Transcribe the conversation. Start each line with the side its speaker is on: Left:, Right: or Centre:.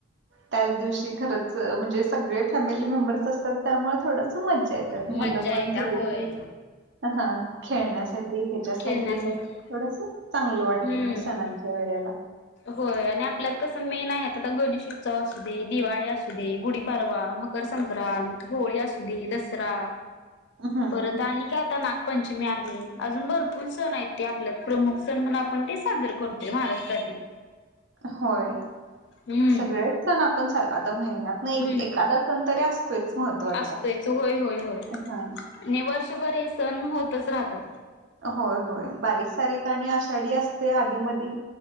Right: त्याच दिवशी खरच म्हणजे सगळे फॅमिली मेंबर्स असतात त्यामुळे थोडस मज्जा येतात
Left: मज्जा
Right: मुलं पण
Left: येत्या
Right: थोडीस
Left: होय.
Right: हा खेळण्यासाठी ह्याच्यासाठी
Left: खेळण्यासाठी.
Right: थोडस चांगलं
Left: हम्म.
Right: वाटते मग सणांच्या वेळेला
Left: होय आणि आपल्यात कसं मेन आहे आता गणेश उत्सव असू दे दिवाळी असू दे गुढीपाडवा. मकर संक्रांत होळी असु दे दसरा
Right: हं,
Left: परत आणि काय आता नाग पंचमी आहे. अजून भरपूर सण आहेत की आपल्यात प्रमुख सण म्हणून आपण ते साजरे करतोय महाराष्ट्रातील
Right: होय
Left: हम्म.
Right: सगळेच सण आपण आता महिन्यातन
Left: हम्म.
Right: एखादा सण तरी असतोयच महत्त्वाचा.
Left: असतोयच होय होय आणि
Right: हा
Left: वर्षभर हे सण होतच राहतात.
Right: होय होय बारीक सारीक आणि आषाढी असते आधी मधी